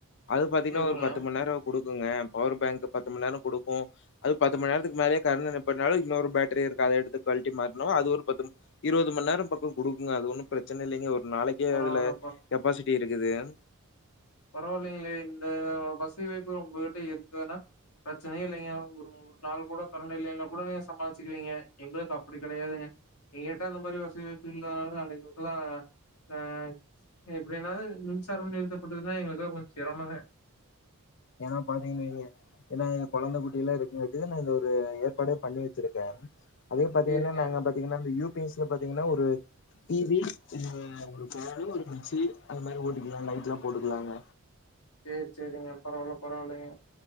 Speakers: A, on the left; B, on the left.
A: அது பாத்திங்கன்னா
B: சேரிங்க
A: ஒரு பத்து மணி நேரோ கொடுக்குங்க பவர் பேங்க் பத்து மணி நேர கொடுக்கு அது பத்து மணி நேரத்துக்கு மேலயே கரண்ட் என்ன பண்ணாலு இன்னொரு பேட்டரி இருக்கு அத எடுத்து கழட்டி மாட்னு அது ஒரு பத்து இருவது மணி நேர பக்க கொடுக்குங்க அது ஒன்னு பிரச்சன இல்லைங்க ஒரு நாளைக்கோ
B: பரவால்ல
A: அதுல கெப்பாசிட்டி இருக்குது <inaudible>
B: பரவாயில்லைங்களே இந்த வசதி வைப்பு உங்ககிட்ட இருக்குன்னா பிரச்சனையே இல்லைங்க ஒரு ஒரு நாள் கூட கரண்ட் இல்லைன்னா கூட நீங்ங சமாளிச்சுக்குவீங்க எங்களுக்கு அப்டி கெடையாதுங்க எங்க கிட்ட அந்த மாரி வசதி வாய்ப்பு இல்ல <unintelligible> நாங்க எங்களுக்குல்லா ஆஹ எப்டினாவது மின்சாரம் நிறுத்தப்படுதுன்னா எங்களுக்கா கொஞ்ச செரமங்க
A: எங்கள பாத்தீங்க <unintelligible> ஏன்னா இங்க கொழந்த குட்டி எல்லா இருக்குதுன்ட்டு நா ஒரு ஏற்பாடே பண்ணி வெச்சிருக்கே அதே பாத்தீங்கன்னா
B: சேரிங்க
A: நாங்க பாத்தீங்கன்னா இந்த யூ பி எஸ்ல பாத்தீங்கன்னா ஒரு டி வி ஆ ஒரு காரு ஒரு மிக்சு அந்த மாரி போட்டுக்கலா <unintelligible> போட்டுக்கலாங்க
B: சரி சரிங்க பரவாயில்ல பரவாயில்லங்க